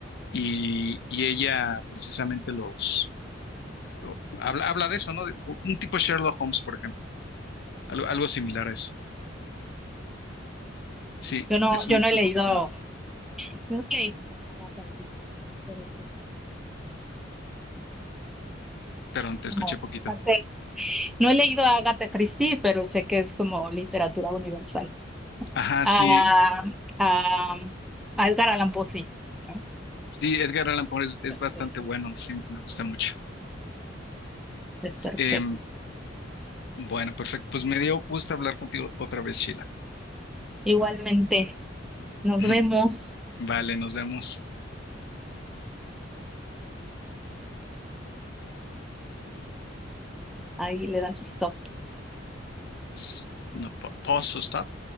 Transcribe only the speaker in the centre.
Yo no,
yo
no he
leído,
yo no he leído a Agatha Christie, pero sé que es
como
parte- no he leído a Agatha Christie, pero sé que es como literatura universal.
A,
a, a Edgar Allan Poe, sí, ¿no?
Ok.
Es perfecto.
Igualmente, nos
vemos.
Ahí le das stop.